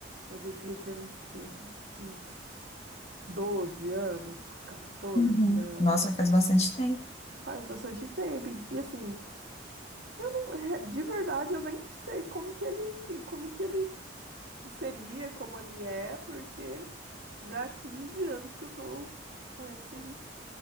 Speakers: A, on the right (about 60°); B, on the left (about 30°).
A: Eu devia ter uns quê? Uns 12 anos, 14
B: Uhum.
A: anos.
B: Nossa, faz bastante tempo.
A: Faz bastante tempo. E e, assim, não é- de verdade eu nem sei como que ele, como que ele s- seria, como ele é, porque já há 15 anos que eu tô com esse